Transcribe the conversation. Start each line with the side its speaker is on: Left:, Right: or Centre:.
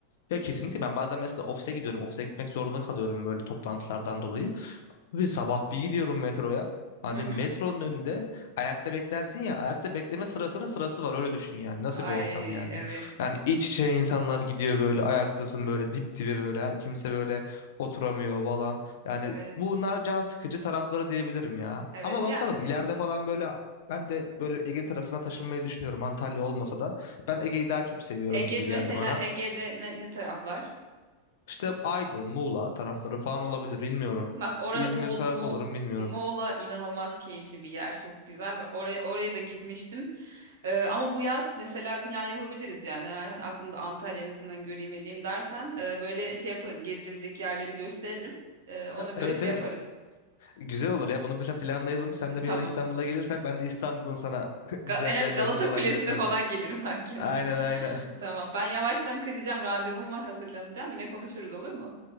Left: Ya kesinlikle ben bazen mesela ofise gidiyorum. Ofise gitmek zorunda kalıyorum böyle toplantılardan dolayı. Bir sabah bir gidiyorum metroya. Hani
Right: <laughs>
Left: metronun önünde ayakta beklersin ya ayakta bekleme sırasının sırası var öyle düşün yani nasıl
Right: Ay
Left: bir ortam yani.
Right: evet.
Left: Yani iç içe insanlar gidiyor böyle ayaktasın böyle dip dibe böyle her kimse böyle oturamıyor falan. Yani
Right: Evet.
Left: bunlar can sıkıcı tarafları diyebilirim ya.
Right: Evet
Left: Ama bakalım
Right: ya
Left: ileride falan böyle ben de böyle Ege tarafına taşınmayı düşünüyorum Antalya olmasa da. Ben Ege'yi daha çok seviyorum
Right: Ege
Left: gibi
Right: mesela
Left: geldi bana.
Right: Ege'de ne, ne taraflar?
Left: İşte Aydın, Muğla tarafları falan olabilir bilmiyorum.
Right: Bak orada
Left: İzmir
Right: Moğol,
Left: tarafı
Right: Moğol-
Left: olurum bilmiyorum.
Right: Moğol'a inanılmaz keyifli bir yer. Çok güzel. Oraya oraya da gitmiştim. Ee, ama bu yaz mesela plan yapabiliriz yani. Eğer hani aklımda Antalya en azından göreyim edeyim dersen e, böyle şey yaparım. Gezilecek yerleri gösteririm. E, ona göre
Left: Evet
Right: şey
Left: evet
Right: yaparız.
Left: güzel olur ya bunu bir planlayalım. Sen
Right: <laughs>
Left: de
Right: Tamam.
Left: bir ara İstanbul'a gelirsen ben de İstanbul'un sana <laughs> güzel
Right: Ga- en az
Left: yerlerini
Right: Galata
Left: falan
Right: Kulesi'ne
Left: gösteririm.
Right: falan gelirim <laughs> belki
Left: Aynen
Right: en azından.
Left: aynen.
Right: <laughs> Tamam. Ben yavaştan kaçacağım. Randevum var. Hazırlanacağım. Yine konuşuruz olur mu?